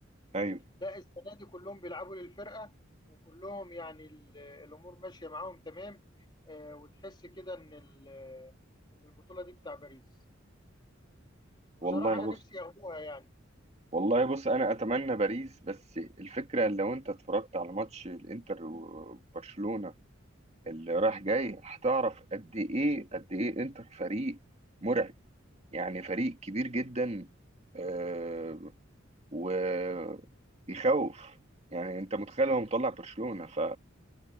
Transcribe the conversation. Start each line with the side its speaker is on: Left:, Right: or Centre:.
Right: أيوه
Left: لا السنه دي كلهم بيلعبوا للفرقه وكلهم يعني ال- الامور ماشيه معاهم تمام آه، وتحس كده ان ال- ان البطوله دي بتاع باريس وصراحه
Right: والله
Left: انا
Right: بص
Left: نفسي ياخدوها يعني
Right: والله بص أنا أتمنى باريس بس الفكرة لو أنت اتفرجت على ماتش الإنتر وبرشلونة اللي رايح جاي هتعرف قد إيه قد إيه إنتر فريق مرعب يعني فريق كبير جدا آه، ويخوف يعني انت متخيل هو مطلع برشلونة ف...